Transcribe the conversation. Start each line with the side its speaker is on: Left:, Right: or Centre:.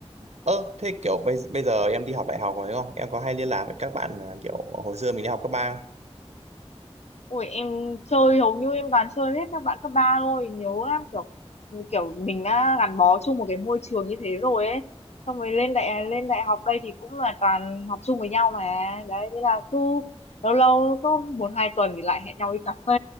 Right: Ơ thế kiểu bây bây giờ em đi học đại học rồi đúng không? Em có hay liên lạc với các bạn à, kiểu hồi xưa mình đi học cấp ba. không?
Left: Ui em chơi hầu như em toàn chơi hết các bạn cấp ba thôi nhớ lắm kiểu kiểu mình đã gắn bó chung một cái môi trường như thế rồi ấy xong rồi lên đại lên đại học đây thì cũng là toàn học chung với nhau mà đấy thế là cứ lâu lâu có một hai tuần thì lại hẹn nhau đi cà phê